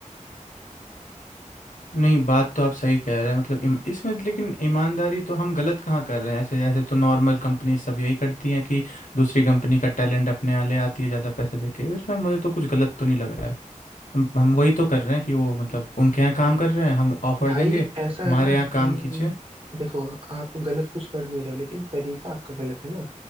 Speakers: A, on the left; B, on the right.
A: नहीं बात तो आप सही कह रहे हैं मतलब इम, इसमें लेकिन ईमानदारी तो हम गलत कहाँ कर रहे हैं ऐसे ऐसे तो नॉर्मल कंपनी सब यही करती हैं कि दूसरी कंपनी का टैलेंट अपने यहाँ ले आती है ज़्यादा पैसे देके इसमें मुझे तो कुछ गलत तो नहीं लग रहा है हम हम वही तो कर रहे हैं कि वो मतलब उनके यहाँ काम कर रहे हैं हम ऑफर
B: भाई
A: देंगे
B: ऐसा
A: हमारे
B: है ना
A: यहाँ
B: कि
A: काम कीजिए
B: देखो आप गलत कुछ कर नहीं रहे हो लेकिन तरीका आपका गलत है ना